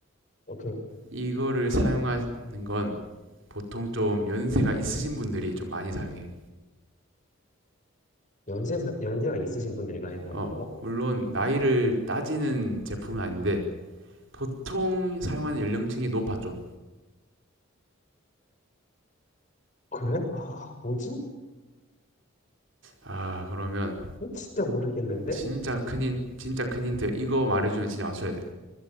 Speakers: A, on the left; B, on the right.
A: 어, 그,
B: 이거를 사용하는 건 보통 좀 연세가 있으신 분들이 좀 많이 사용해
A: 연세 연세가 있으신 분들이 많이 사용한다고?
B: 어 물론 나이를 따지는 제품은 아닌데 보통 사용하는 연령층이 높아 좀
A: 그래? 아, 뭐지?
B: 아, 그러면
A: 어, 진짜 모르겠는데?
B: 진짜 큰 힌, 진짜 큰 힌트. 이거 말해주면 진짜 맞춰야 돼.